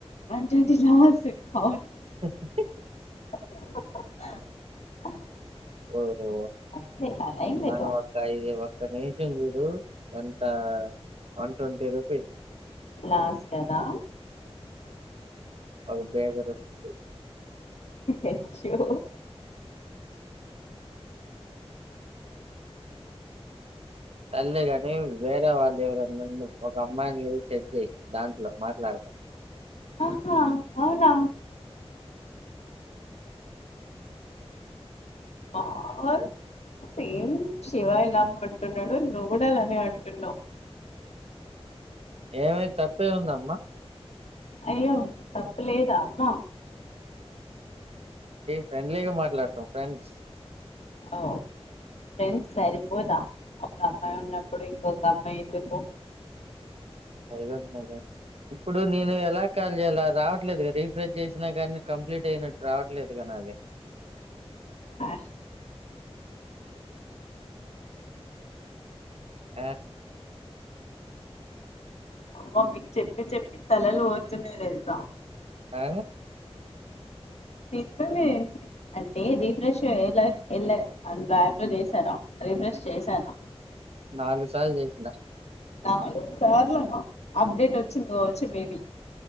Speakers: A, on the left; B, on the right.
A: వన్ ట్ంటీ రాదు నవును
B: <inaudible>
A: <inaudible> <unintelligible>
B: ఓహో
A: అదే, అలా
B: అమ్మాను
A: ఏం లేదు
B: అక్కయి ఇక్క నేచం చూడు ఎంత వన్ ట్వంటీ రూపీస్
A: లాస్ కదా
B: ఒగా బేగర <unintelligible>
A: అయ్యో
B: సర్లే కాని వేరే వాళ్ళు ఎవర ఒక అమ్మాయిని చూసి సెట్ చెయ్ దాంట్లో మాట్లాడతా <inaudible>
A: ఆహా అవునా ఆ సేమ్ శివ ఇలామ అంటున్నాడు నువ్వు కూడా అలానే అంటున్నావు
B: ఏమై తప్పే ఉందమ్మా
A: అయ్యో తప్పు లేదా అమ్మా
B: ఫ్రెండ్లీగా మాట్లాడతాం ఫ్రెండ్స్
A: ఓ ఫ్రెండ్ సరిపోదా ఒక అమ్మాయి ఉన్నప్పుడు ఇంకొక అమ్మాయి ఎందుకు
B: అదిగద ఇప్పుడు నేను ఎలా కాల్ చేయాల రావట్లేదుగదా రీఫ్రెష్ చేసినా గానీ కంప్లీట్ అయినట్టు రావట్లేదుగాను అదే
A: ఆ
B: ఆ
A: అమ్మ మీకు చెప్పి చెప్పి తలలు పోతున్నయి తెలుసా
B: ఆ
A: ఇద్దనే అంటే రిఫ్రెష్ ఎలా వెళ అందు యాప్లో చేశాను రిఫ్రెష్ చేశాను
B: నాలుగు సాల్ జేసినా
A: అవును సర్లే అప్టేట్ వచ్చింది వచ్చి మేబి